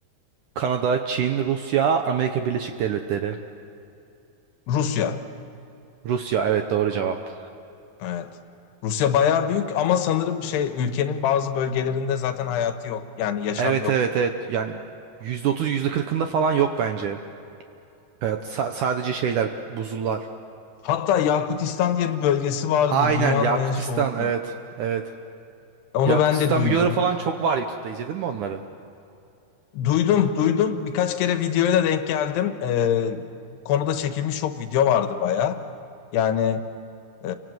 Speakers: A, on the right; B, on the left.
A: Kanada, Çin, Rusya, Amerika Birleşik Devletleri.
B: Rusya.
A: Rusya evet doğru cevap.
B: Evet. Rusya bayağı büyük ama sanırım şey ülkenin bazı bölgelerinde zaten hayatı yok. Yani yaşam
A: Evet
B: yok.
A: evet evet yani yüzde otuz, yüzde kırkında falan yok bence. Evet sa- sadece şeyler buzullar.
B: Hatta Yakutistan diye bir bölgesi vardı.
A: Aynen
B: Dünyanın
A: Yakutistan
B: en soğuk
A: evet
B: yeri.
A: evet.
B: Onu
A: Yakutistan
B: ben de duydum.
A: videoları falan çok var YouTube'da izledin mi onları?
B: Duydum, duydum. Birkaç kere videoyla denk geldim. Ee, bu konuda çekilmiş çok video vardı bayağı. Yani e,